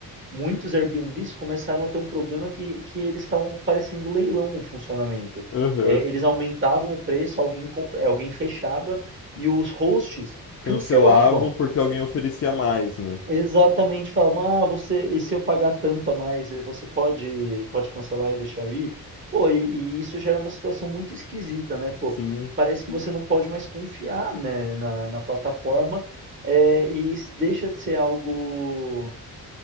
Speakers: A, on the right (about 30°); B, on the left (about 40°).
A: Muitos Airbnbs começaram a ter um problema que, que eles estavam parecendo leilão o funcionamento.
B: Aham.
A: É, eles aumentavam o preço, alguém, com- é, alguém fechava e os hosts
B: Cancelavam
A: cancelavam.
B: porque alguém oferecia mais, né?
A: Exatamente, falavam, ah, você, e se eu pagar tanto a mais, eh, você pode, pode cancelar e deixar eu ir? Pô, e, e isso gera uma situação muito esquisita, né? Pô,
B: Sim.
A: parece que você não pode mais confiar, né, na, na plataforma, eh, e isso deixa de ser algo